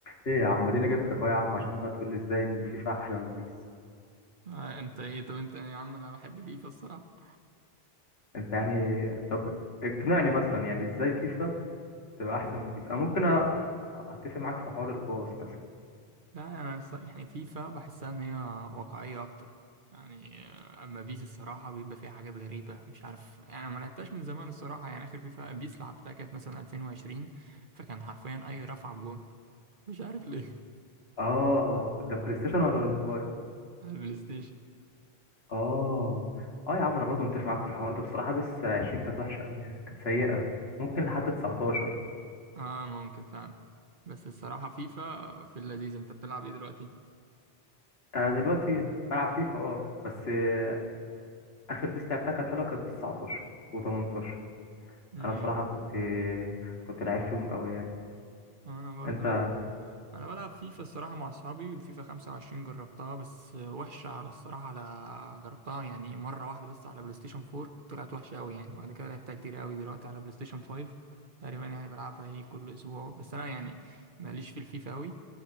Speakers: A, on the left; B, on the right.
A: ايه يا عم اديني جبتك اهو يا عم عشان بقى تقول لي ازاي ان فيفا احلى من بيس
B: آه انت ايه طب انت يا عم انا بحب فيفا الصراحه
A: انت يعني طب اقنعني مثلا يعني ازاي فيفا تبقى احسن من بيس انا ممكن أ- اتفق معاك في حوار الباص مثلا
B: لا انا الص- يعني فيفا بحسها ان هي واقعيه اكتر يعني آه، اما بيس الصراحه بيبقى فيها حاجات غريبه مش عارف يعني أنا ما لعبتهاش من زمان الصراحه يعني اخر فيفا بيس لعبتها كانت مثلا 2020 فكان حرفيا اي رفعه بجون مش عارف ليه
A: اه ده بلاي ستيشن ولا الموبايل
B: <laughs> على البلاي ستيشن
A: اه اه يا عم انا برضو متفق معاك في الحوار ده بصراحه بيس 20 كانت وحشه قوي يعني كانت سيئه ممكن لحد 19
B: اه ممكن فعلا بس الصراحه فيفا في اللذيذ انت بتلعب ايه دلوقتي
A: انا دلوقتي بلعب فيفا اه بس آه، اخر بيس لعبتها كانت حلوه كانت بيس 19 و18
B: امم
A: انا بصراحه كنت كنت لعيب فيهم قوي يعني
B: انا برضه
A: انت
B: انا بلعب فيفا الصراحه مع اصحابي فيفا 25 جربتها بس وحشه على الصراحه على جربتها يعني مره واحده بس على بلاي ستيشن 4 طلعت وحشه قوي يعني وبعد كده لعبتها كتير قوي دلوقتي على بلاي ستيشن 5 تقريبا يعني بلعبها ايه كل اسبوع بس انا يعني ماليش في الفيفا قوي